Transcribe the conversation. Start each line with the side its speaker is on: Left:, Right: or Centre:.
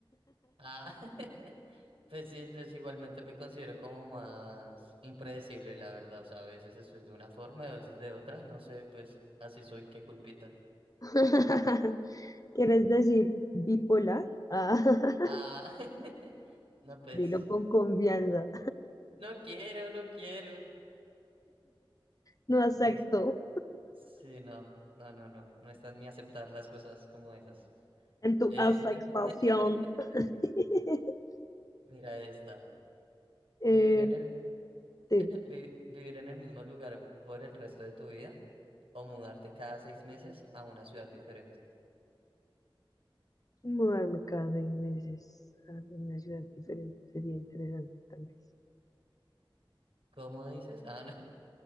Right: Ah, <laughs> pues sí, pues igualmente me considero como más impredecible, la verdad. O sea, a veces estoy de una forma y a veces de otra. No sé, pues así soy, qué culpita.
Left: <laughs> ¿Quieres decir bipolar? Ah, <laughs>
Right: Ah, <laughs> no, pues
Left: dilo con confianza.
Right: no quiero, no quiero.
Left: No acepto
Right: Dice, sí, no, no, no, no. No está en mí aceptar las cosas como esas.
Left: en tu
Right: Eh,
Left: aceptación.
Right: <laughs>
Left: <laughs>
Right: Mira esta.
Left: Eh,
Right: Vivir en el,
Left: sí,
Right: <laughs> vi- vivir en el mismo lugar por el resto de tu vida o mudarte cada seis meses a una ciudad diferente.
Left: mudarme cada seis meses a una ciudad diferente sería interesante también.
Right: ¿Cómo dices? Ah, no,